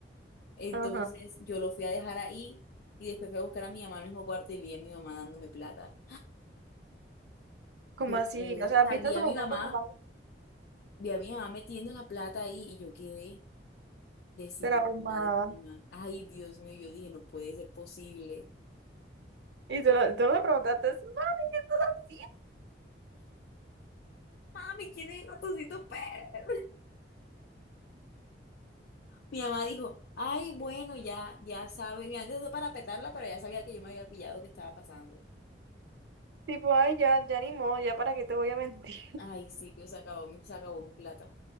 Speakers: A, on the left (about 60°); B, on the right (about 75°).
A: Entonces
B: Ajá.
A: yo lo fui a dejar ahí y después fui a buscar a mi mamá al mismo cuarto y vi a mi mamá dándome plata.
B: ¿Cómo
A: Yo
B: así?
A: quedé,
B: O sea,
A: o sea,
B: viste
A: vi
B: a tu
A: a
B: mamá
A: mi mamá,
B: como tanto
A: vi a mi mamá metiendo la plata ahí y yo quedé desilusionadísima.
B: traumada.
A: Ay, Dios mío, yo dije, no puede ser posible.
B: Y tú, lo- tú no le preguntaste, mami, ¿qué estás haciendo?
A: Mami, ¿quién es Ratoncito Pérez? Mi mamá dijo, ay, bueno, ya, ya sabe, y antes de para petarla, pero ya sabía que yo me había pillado que estaba pasando.
B: Tipo, ay, ya, ya ni modo, ya para qué te voy a mentir.
A: Ay, sí, pero se acabó mi, se acabó mi plata.